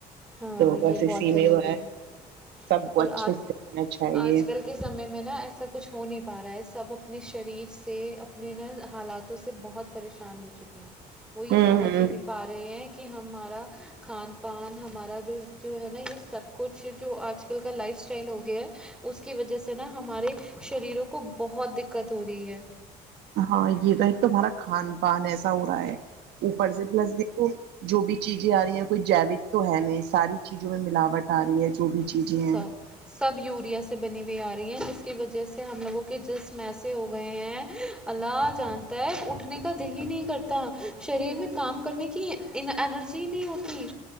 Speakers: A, in the centre; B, on the right.
A: ہاں
B: تو بس
A: یہ بہت
B: اسی
A: ضروری
B: میں وہ ہے
A: ہے
B: سب کو
A: پر
B: اچھے
A: آج
B: سے رنا چاہیے
A: آج کل کے سمے میں نا ایسا کچھ ہو نہیں پا رہا ہے سب اپنے شریر سے اپنے نا حالاتوں سے بہت پریشان ہو چکے ہیں وہ یہ
B: ہ
A: سمجھ ہی نہیں پا رہے ہیں کہ کہ ہمارا کھان پان ہمارا اد جو ہے نا یہ سب کچھ جو آ آج کل کا لائف ٹن ہو گیا ہے اس کی وجہ سے نا ہمارے شریروں کو بہت دقت ہو رہی ہے
B: ہاں یہ تھا ایک تومارا کھان پان ایسا ہو رہا ہے اوپر سے پلس دیک جو بھی چیزیں آ رہی ہیں کوئی جیوک تو ہے میں ساری چیزوں میں ملاوٹ آ رہی ہے جو بھی چیزیں
A: سب
B: ہیں
A: سب یوریا سے بنی ہوئی آ رہی ہیں جس کی وجہ سے ہم لوگوں کے جسم ایسے ہو گئے ہیں علاج جانتا ہے اٹھنے کے کا دل ہی نہیں کرتا شریر میں کام کرنے کے کہ انرجی نہیں ہوتی